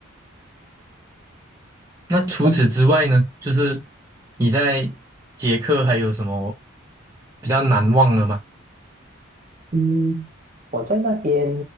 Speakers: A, on the right; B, on the right.
A: 那除此之外呢，
B: 那
A: 就是你在捷克还有什么比较难忘的吗？
B: 嗯，我在那边